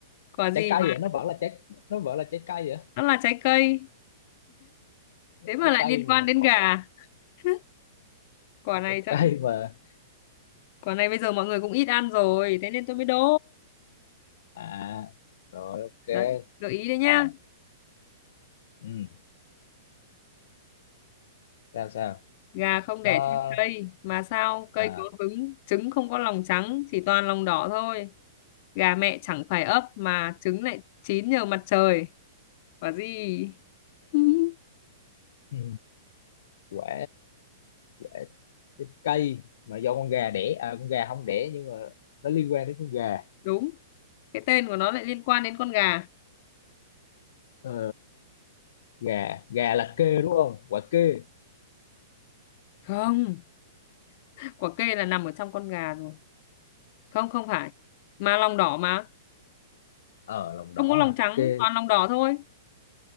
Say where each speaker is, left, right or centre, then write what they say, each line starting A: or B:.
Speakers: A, on the left; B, on the left.
A: quả gì
B: trái cây
A: mà
B: vậy nó vẫn là trái nó vẫn là trái cây vậy
A: nó là trái cây thế mà
B: trái
A: lại
B: cây
A: liên
B: mà
A: quan đến
B: có
A: gà <laughs> quả này
B: trái
A: chắc-
B: cây mà
A: quả này bây giờ mọi người cũng ít ăn rồi thế nên tôi mới đố
B: à rồi ok
A: đấy gợi ý đấy nhá
B: đó ừ sao sao
A: gà không
B: nó
A: đẻ trên cây mà sao cây
B: à
A: có cứng trứng không có lòng trắng chỉ toàn lòng đỏ thôi gà mẹ chẳng phải ấp mà trứng lại chín nhờ mặt trời quả gì <laughs>
B: ừ. quả quả trái cây mà do con gà đẻ à con gà không đẻ nhưng mà nó liên quan đến con gà
A: đúng cái tên của nó lại liên quan đến con gà
B: ờ, gà gà là kê đúng không quả kê
A: không quả kê là nằm ở trong con gà rồi không không phải mà lòng đỏ mà
B: ờ lòng đỏ
A: không có lòng
B: à
A: trắng
B: kê
A: toàn lòng đỏ thôi